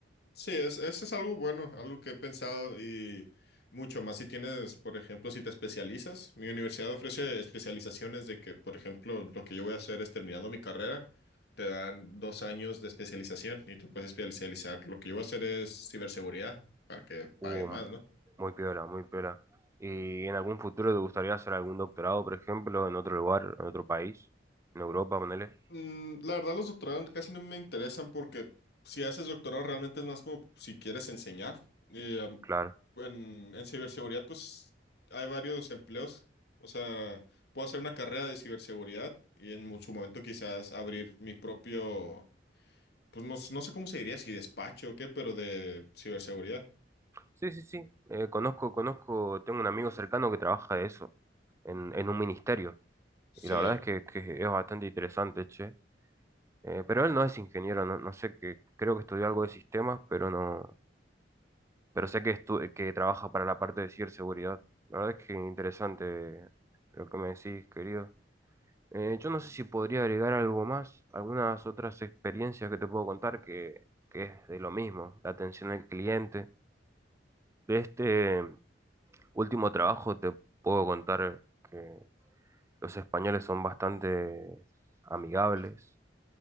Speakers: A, on the left; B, on the right.
A: Sí, es, eso es algo bueno, algo que he pensado y mucho más si tienes, por ejemplo, si te especializas. Mi universidad ofrece especializaciones de que, por ejemplo, lo que yo voy a hacer es terminando mi carrera, te dan dos años de especialización y te puedes especializar. Lo que yo voy a hacer es ciberseguridad para que pague
B: Uh,
A: más, ¿no?
B: muy piola, muy piola. ¿Y en algún futuro te gustaría hacer algún doctorado, por ejemplo, en otro lugar, en otro país? En Europa, ponele.
A: Mm, la verdad, los doctorados casi no me interesan porque si haces doctorado realmente es más como si quieres enseñar. Eh, am-
B: Claro.
A: en, en ciberseguridad, pues hay varios empleos. O sea, puedo hacer una carrera de ciberseguridad y en mu- su momento quizás abrir mi propio, pues no, s- no sé cómo se diría, si despacho o qué, pero de ciberseguridad.
B: Sí, sí, sí. Eh, conozco, conozco, tengo un amigo cercano que trabaja de eso, en, en un ministerio.
A: Sí,
B: Y la verdad es que, que es bastante interesante, che. Eh, pero él no es ingeniero, no, no sé qué, creo que estudió algo de sistemas, pero no, pero sé que, estu- que trabaja para la parte de ciberseguridad. La verdad es que interesante lo que me decís, querido. Eh, yo no sé si podría agregar algo más, algunas otras experiencias que te puedo contar que, que es de lo mismo, la atención al cliente. De este último trabajo te puedo contar que los españoles son bastante amigables,
A: pues,